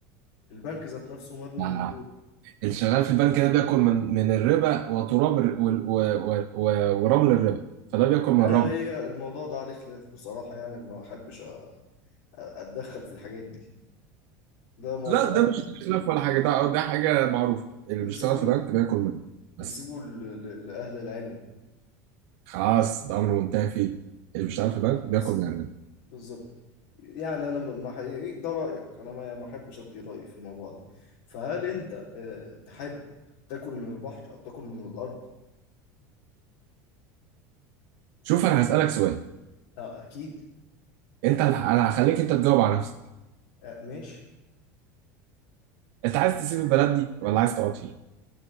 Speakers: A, on the left; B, on the right.
A: البنك ذات نفسه مبني
B: آه.
A: من طوب
B: الشغال في البنك ده بياكل من من الربا وتراب الر- وال- و... و... و... ورمل الربا فده بياكل من
A: آه،
B: الرمل
A: هي الموضوع ده عليه خلاف بصراحة يعني ما بحبش أ- أتدخل في الحاجات دي ده موضوع
B: لا ده مش خلاف ولا حاجه ده ده حاجه معروفه اللي
A: نسيبه
B: بيشتغل في بنك بياكل منه بس
A: نسيبه ل- ل- لأهل العلم
B: خلاص ده امر منتهي فيه اللي بيشتغل في بنك
A: أه،
B: بياكل
A: بالظبط
B: من عندنا
A: بالظبط يعني أنا ما ما حقيقي ده رأيك أنا ما يعني ما أحبش أبدي رأيي في الموضوع ده فهل أنت آه، تحب تاكل من البحر أو تاكل من الأرض؟
B: شوف انا هسالك سؤال
A: آه، أكيد
B: انت انا هخليك انت تجاوب على نفسك
A: آه، ماشي
B: انت عايز تسيب البلد دي ولا عايز تقعد فيها